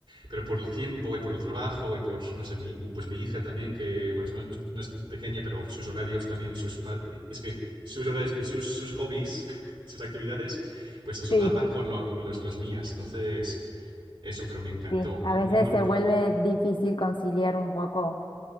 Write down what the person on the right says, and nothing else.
pero por el tiempo y por el trabajo y por, no sé, mi, pues mi hija también, que, bueno, no, no- no es pequeña, pero sus horarios también y sus, pa- es que sus horarios y sus, sus hobbies, <laughs> sus actividades, pues se solapan
con lo- los, las mías. Entonces, eso, pero me encantó.
Un,
un grupo,